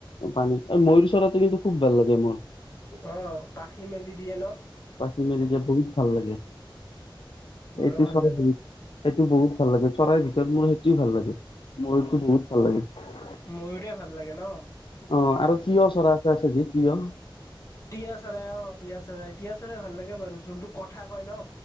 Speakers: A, on the left; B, on the left.
A: পানী ময়ূৰ চৰাটো কিন্তু। খুব ভাল লাগে মোৰ।
B: অ' পাখি মেলি দিয়ে ন।
A: পাখি মেলিলে বহুত ভাল লাগে
B: মোৰো
A: এইটো
B: ভাল
A: চৰাই
B: লাগে
A: বহুত এইটো বহুত ভাল লাগে চৰাইৰ। ত' মোৰ সেইটোে ভাল লাগে মোৰতো বহুত ভাল লাগে।
B: ময়ূৰে ভাল লাগে ন
A: অ আৰু তিঁয়হ চৰা এটা আছে যি তিঁয়হ
B: তিয়াঁ চৰাই অঁহ ', তিয়াঁ চৰাই তিয়াঁ ভাল লাগে বাৰু যোনটো কথা কয় ন।